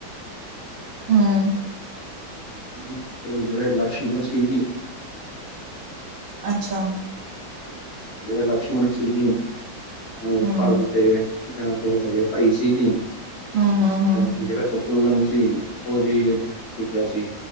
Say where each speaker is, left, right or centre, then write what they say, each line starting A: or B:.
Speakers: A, on the right; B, on the left.
A: ਹਮ।
B: ਜੇੜ੍ਹੇ ਲਕਸ਼ਮਣ ਸੀ ਜੀ।
A: ਅੱਛਾ।
B: ਜਿਹੜੇ ਲਕਸ਼ਮਣ ਸੀ ਜੀ, ਉਹ
A: ਹਮ
B: ਭਰਤ ਦੇ ਜਾਂ ਦ ਸਕੇ ਪਾਈ ਸੀ ਹੀ ਜੀ।
A: ਹਮ, ਹਮ, ਹਮ।
B: ਜਿਹੜਾ ਸ਼ਤਰੁਘਨ ਸੀ, ਉਹ ਜੀ ਖਿੱਚਿਆ ਸੀ।